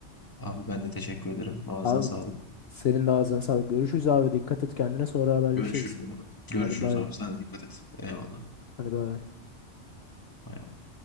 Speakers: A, on the left; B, on the left.
A: Abi ben de teşekkür ederim. Ağzına
B: Abi
A: sağlık.
B: senin de ağzına sağlık. Görüşürüz abi. Dikkat et kendine sonra haberleşiriz.
A: Görüşürüz abi. Görüşürüz
B: Hadi bay
A: abi.
B: bay.
A: Sen de dikkat et. Eyvallah.
B: Hadi bay bay.
A: Bay bay.